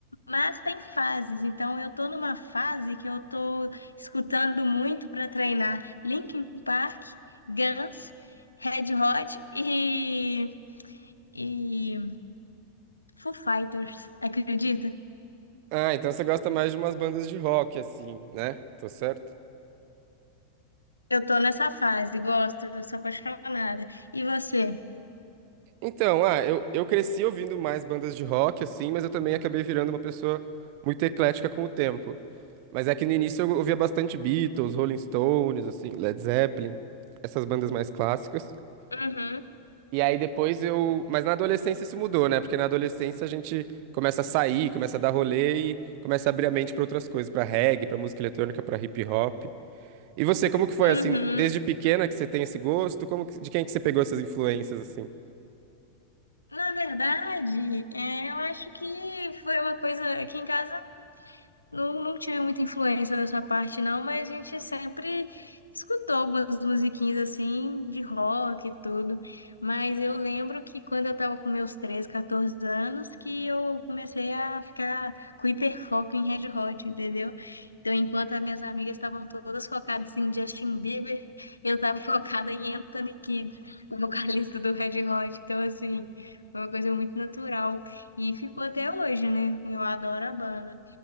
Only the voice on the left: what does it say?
Mas tem fases, então eu tô numa fase que eu tô escutando muito para treinar Linkin Park, Guns, Red Hot e, e Foo Fighters, acredita?
Eu tô nessa fase, gosto, eu sou apaixonada. E você?
Uhum,
uhum.
Na verdade, é, eu acho que foi uma coisa aqui em casa Não, não tive muita influência dessa parte, não, mas a gente sempre escutou algumas musiquinhas assim de rock e tudo. Mas eu lembro que quando eu tava com meus 13 14 anos, que eu comecei a ficar com hiperfoco em Red Hot, entendeu? Então, enquanto as minhas amigas estavam todas focadas em Justin Bieber, eu tava <laughs> focada em Anthony Kidd, o vocalista do Red Hot. Então, assim, foi uma coisa muito natural. E ficou até hoje, né? Eu adoro a banda.